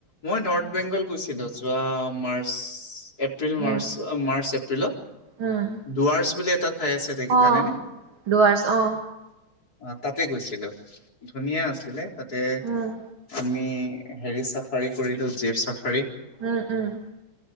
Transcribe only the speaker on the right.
উম
উম
অ
ডুৱাৰ্চ অ
উম
উম উম।